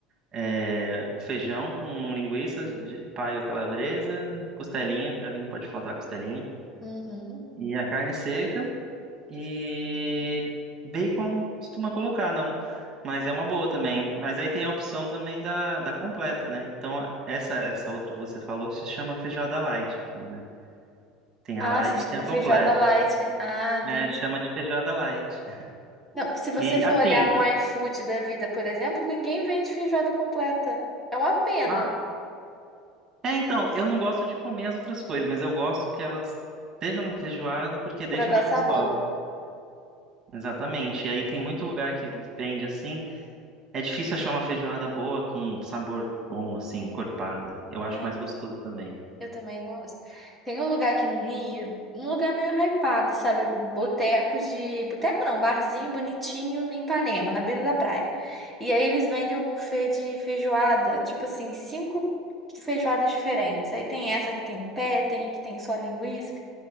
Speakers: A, on the right; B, in the centre.
A: É, feijão com linguiça, de- paio calabresa, costelinha, pra mim não pode faltar costelinha.
B: uhum.
A: E a carne seca e bacon não costuma colocar, não. Mas é uma boa também. Mas aí tem a opção também da, da completa, né? Então essa essa outra que você falou se chama feijoada light aqui, né? Tem
B: Ah,
A: a light,
B: se chama
A: tem a completa.
B: feijoada light. Ah, entendi.
A: É, chama de feijoada light.
B: Não, se você
A: E
B: for
A: assim,
B: olhar no iFood da vida, por exemplo, ninguém vende feijoada completa. É uma pena
A: ah, é então, eu não gosto de comer as outras coisas, mas eu gosto que elas estejam na feijoada porque deixa
B: para dar
A: mais
B: sabor.
A: gostosa. Exatamente. E aí tem muito lugar que vende assim. É difícil achar uma feijoada boa com sabor bom, assim, encorpada. Eu acho
B: Ai.
A: mais gostoso também.
B: Eu também gosto. Tem um lugar aqui no Rio, um lugar meio hypado, sabe? Boteco de. Boteco não, barzinho bonitinho em Ipanema, na beira da praia. E aí eles vendem o buffet de feijoada, tipo assim, cinco feijoadas diferentes. Aí tem essa que tem o pé, tem a que tem só linguiça.